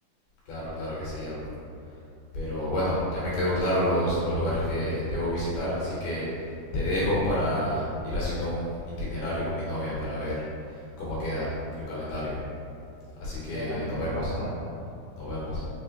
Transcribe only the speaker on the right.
Venga, tío,
pues vamos hablando.